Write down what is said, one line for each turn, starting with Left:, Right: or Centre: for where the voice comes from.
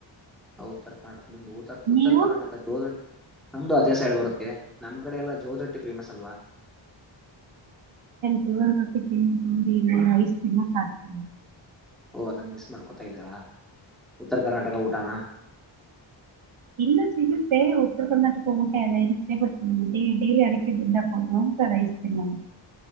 Centre: ಹ ಉತ್ತರ ಕರ್ನಾಟ ನಿಮ್ದು ಉತ್ತರ್ ಉತ್ತರ್
Right: ನೀವು
Centre: ಕರ್ನಾಟಕ ಜೋದ್ರ್, ನಮ್ದು ಅದೇ ಸೈಡ್ ಬರುತ್ತೆ ನಮ್ ಕಡೆ ಎಲ್ಲಾ ಜೋದ್ರಟ್ಟಿ ಫೇಮಸ್ ಅಲ್ವಾ?
Right: ಜೋಳದ್ ರೊಟ್ಟಿ ತಿಂದ್ ತಿಂದಿ ರೈಸ್ ತಿನ್ನಕಾಗ್ತಿ
Centre: ಓ ಅದನ್ ಮಿಸ್ ಮಾಡ್ಕೊತಾ ಇದ್ದೀರಾ? ಉತ್ತರ್ ಕರ್ನಾಟಕ ಊಟಾನ?
Right: ಇಲ್ಲ ಸಿಗುತ್ತೆ ಉತ್ತರ್ ಕರ್ನಾಟಕ ಊಟ ಎಲ್ಲ ಇರುತ್ತೆ ಬಟ್ ಡೇ ಡೇಲಿ ಅದಕ್ಕೆ ದುಡ್ಡಾಕೋದು ಅಂತ ರೈಸ್ ತಿನ್ನೋದು.